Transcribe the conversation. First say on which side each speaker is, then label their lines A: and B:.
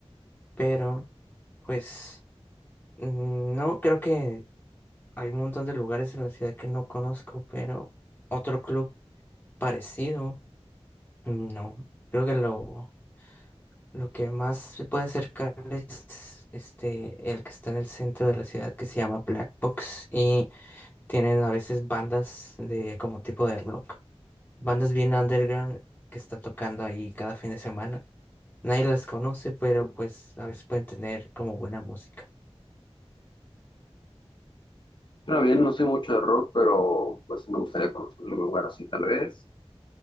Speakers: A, on the left; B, on the left.
A: Pero, pues, mm, no, creo que hay un montón de lugares en la ciudad que no conozco, pero otro club. Parecido, no. Creo que lo, lo que más se puede acercar es este, el que está en el centro de la ciudad que se llama Black Box y tienen a veces bandas de como tipo de rock. Bandas bien underground que están tocando ahí cada fin de semana. Nadie las conoce, pero pues a veces pueden tener como buena música.
B: Suena bien, no sé mucho de rock, pero pues sí me gustaría conocer un lugar así tal vez.